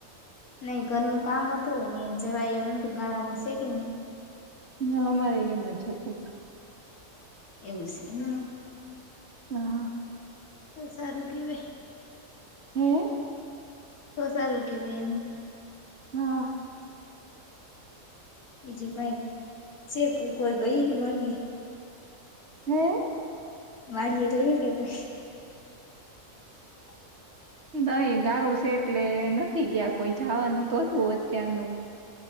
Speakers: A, on the left; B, on the right.
A: નઈ ઘરનું કામ હતું ને જવાય એમ નતું ગારો શે કેની
B: ન અમારેય એમ જ હતું
A: એવું શે ને
B: હા
A: તો સારું કેવાય
B: હે
A: તો સારું કેવાય એમ
B: હા
A: ઈજુ ભાઈ કઈ શેખ કોઈ ગઈ વાડીએ
B: હે
A: વાડીએ ગઈ કે કાઈ <unintelligible>
B: નહી ગારો છે એટલે નથી ગયા કોઈ જવાનું હતું અત્યારનું